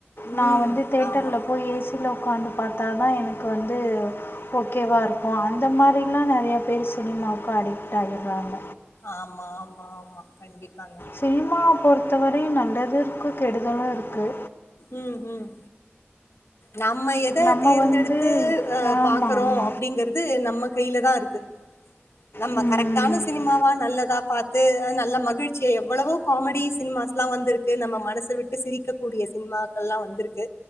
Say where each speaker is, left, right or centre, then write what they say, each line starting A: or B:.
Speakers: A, on the left; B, on the left.
A: நா
B: உம்
A: வந்து தேட்டர்ல
B: ஆமா
A: போய் ஏசியில உக் உக்காந்து பாத்தா தா எனக்கு வந்து ஓகேவாக இருக் க்கு அந்த மாரில்லா நெறையா பேர் சினிமாவுக்கு அடிக்ட் ஆயிறாங்க
B: ஆமா ஆமா ஆமா கண்டிப்பா
A: சினிமா பொறுத்தவரையு நல்லது இருக்கு கெடுதலு இருக்கு
B: ம் ம் நம்ம எத
A: நம்ம
B: தேர்ந்தெடுத்து
A: வந்து
B: அ
A: ஆமாம்
B: பாக்குறோ அப்பிடிங்கறது நம்ம கையிலதா இருக் இது நம்ம
A: ஆமாம்
B: கரெக்டான சினிமாவா நல்லதா பாத்து நல்ல மகிழ்ச்சியா எவ்வளவோ காமெடி சினிமாஸ் எல்லா வந்திருக்கு நம்ம மனச விட்டு சிரிக்க கூடிய சினிமாக்கள் எல்லா வந்திருக்கு